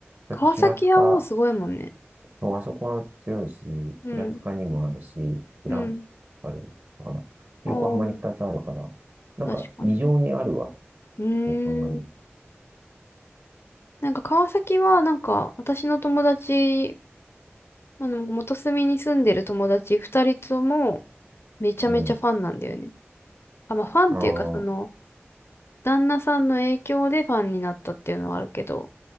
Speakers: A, on the right; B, on the left.
A: だって平塚
B: 川崎はもうすごいもんね。
A: そう、あそこは強いし、
B: うん。
A: 平塚にもあるし、グランパレルとかな。
B: うん。
A: 横浜に2つあるから、
B: おー
A: なんか異常にあるわ、
B: 確かに。うー
A: そう考える
B: ん。なんか川崎は、なんか私の友達、あの、元住に住んでる友達二人ともめちゃめちゃファンなんだよね。
A: と。うん。
B: あ、まあファンっていうか、
A: ああ、
B: その、旦那さんの影響でファンになったっていうのはあるけど、